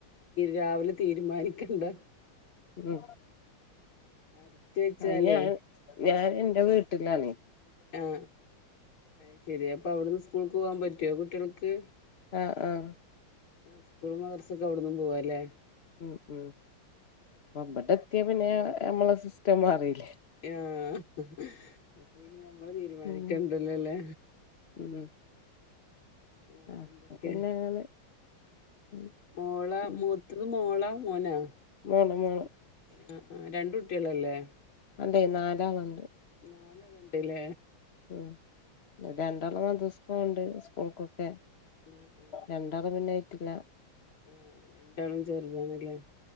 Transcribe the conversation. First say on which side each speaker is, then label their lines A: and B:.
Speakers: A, on the left; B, on the left.
A: രാവിലെ തീരുമാനിക്കണ്ട
B: ഉം
A: അരച്ച് വെച്ചാലേ
B: അയിന് ഞാന്, ഞാൻ എന്റെ വീട്ടിലാണ്
A: ആഹ്, അഹ്ശരി അപ്പൊ അവിടുന്ന് സ്കൂൾക്ക് പോവാൻ പറ്റോ കുട്ടികൾക്ക്?
B: ആഹ്. ആഹ്
A: ആഹ്, സ്കൂളും മദ്രസൊക്കെ അവിടുന്നും പോവാല്ലേ?
B: ഉം ഉം അപ്പം ഇബടെത്തിയാ പിന്നെ നമ്മടെ സിസ്റ്റം മാറിയില്ലേ?
A: ആഹ്, അപ്പൊ പിന്നെ നമ്മളു തീരുമാനിക്കണ്ടല്ലോല്ലേ?
B: ഉം ഉം..
A: വേറെന്തെക്കെ?
B: ആഹ് പിന്നെ അങ്ങനെ ഉം
A: മോള,
B: ഉം
A: മൂത്തത് മോളോ, മോനോ?
B: മോള് മോള്
A: ആഹ്, ആഹ്, രണ്ടു കുട്ടിയളല്ലേ?
B: അതെ നാലാള്ണ്ട്
A: നാലാള് ഇണ്ട്ല്ലേ?
B: ഉം.. രണ്ടാള് മദ്രസ്ക്ക് പോവ്ണ്ട് സ്കൂൾക്കൊക്കെ
A: ആഹ് ആഹ്
B: രണ്ട് <unintelligible>
A: ആഹ്, രണ്ടാളും ചെറുതാണ്ല്ലേ?